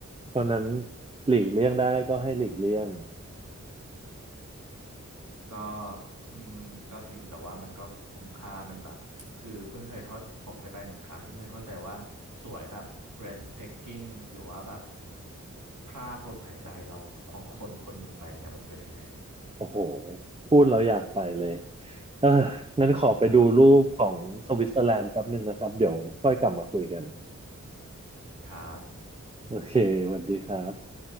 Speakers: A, on the right; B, on the right.
A: เพราะฉะนั้นหลีกเลี่ยงได้ก็ให้หลีกเลี่ยง
B: ก็อืมก็จริงแต่ว่ามันก็คุ้มค่ามันแบบคือเพิ่งเคยเข้าผมเคยไปหนึ่งครั้งเพิ่งเคยเข้าใจว่าสวยแบบ breathtaking หรือว่าแบบพรากลมหายใจเราของคนคนหนึ่งไปเนี่ยมันเป็นยังไง
A: โอ้โห พูดเราอยากไปเลยเออนั้นขอไปดูรูปของสวิตเซอร์แลนด์แป๊บหนึ่งนะครับเดี๋ยวค่อยกลับมาคุยกัน
B: ครับ
A: โอเคสวัสดีครับ